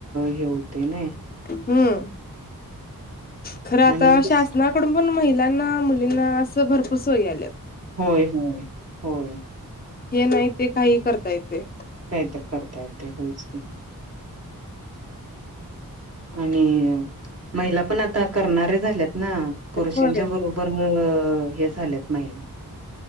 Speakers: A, on the right; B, on the left.
A: हे होते ना.
B: हम्म खरं आता
A: आणि कस
B: शासनाकडून पण महि लांना मुलींना असं भरपूर सोयी आलेत.
A: होय होय होय.
B: हे नाही ते काहीही करता येतंय.
A: काहीतर करता येतंय होयंच की. आणि महिला पण आता करणारेत. झाल्यात ना पुरुषांच्या
B: होय
A: बरोबरीनं हे झालेत महिला.